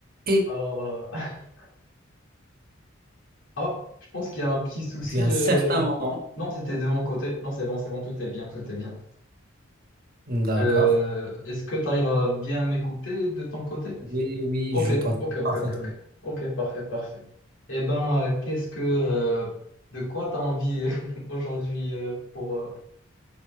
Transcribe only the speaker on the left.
Alors, euh, <laughs> ah, je pense qu'il y a un petit souci.
euh,
Non, c'était de mon côté. Non, c'est bon, c'est bon, tout est bien, tout est bien.
Euh, est-ce que tu arrives à bien m'écouter de ton côté?
Ok,
ok, ok,
ok, ok. Ok, parfait, parfait. Eh ben, euh, qu'est-ce que, euh, de quoi tu as envie euh, <laughs> aujourd'hui euh, pour... euh,